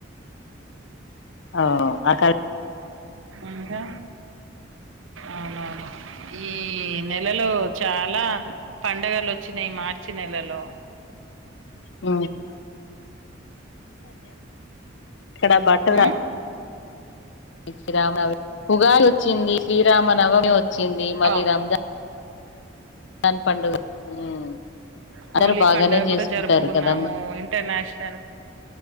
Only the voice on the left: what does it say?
<unintelligible>
ఉ ఎక్కడ బట్ట <unintelligible>
<unintelligible> ఉగాది వచ్చింది శ్రీరామనవమి వచ్చింది మళ్ళీ
రంజా <unintelligible>
బాగానే
చేసుకుంటారు
కదమ్మా